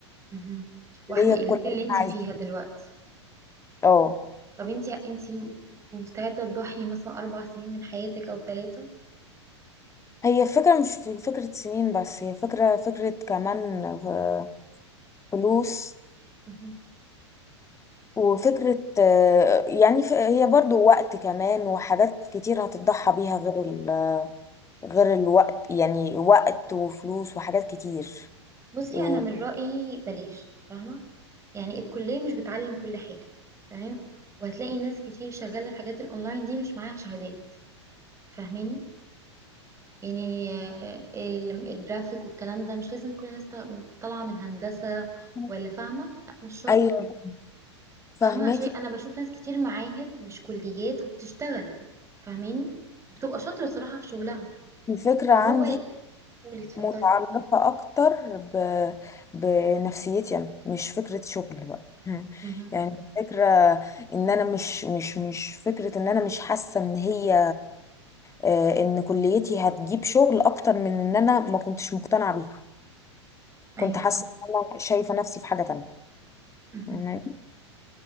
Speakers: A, on the right (about 20°); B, on the left (about 20°).
A: مهم. واحده
B: اللي هي
A: ايه
B: الكلية
A: اللي
B: اللي
A: انت
B: انا عايزاها
A: فيها دلوقتي
B: اه
A: طب انتي انتي م- مستعدة تضحي مثلا أربع سنين من حياتك أو ثلاثة
B: هي فكرة مش في فكرة سنين بس هي فكرة فكرة كمان آه، فلوس
A: مهم.
B: وفكرة آه، يعني ف- هي برضو وقت كمان وحاجات كتير هتضحى بيها غير ال غير الوقت يعني وقت وفلوس وحاجات كتير
A: بصي
B: و-
A: أنا من رأيي بلاش فاهمة يعني الكلية مش بتعلم كل حاجة تمام وهتلاقي ناس كتير شغالة في حاجات الأونلاين دي مش معاها شهادات فاهماني يعني آه، ال- الجرافيك والكلام ده مش لازم كل الناس ط- طالعة من هندسة
B: فاهمة.
A: ولا فاهمة لا مش شرط
B: أيوة فهماكي
A: فاهمة شيء أنا بشوف ناس كتير معاهد مش كليات وبتشتغل فاهماني وبتبقى شاطرة صراحة في شغلها
B: الفكرة
A: فهو
B: عندي
A: قولي اتفضلي
B: متعلقة أكتر ب... بنفسيتي أنا مش فكرة شغل بقى <laughs>
A: مهم.
B: يعني فكرة إن أنا مش مش مش فكرة إن أنا مش حاسة إن هي آه، إن كليتي هتجيب شغل أكتر من إن أنا ما كنتش مقتنعة بيها
A: ايوه
B: كنت حاسة
A: فاهمة
B: إن أنا شايفة نفسي في حاجة تانية
A: مهم.
B: فاهماني؟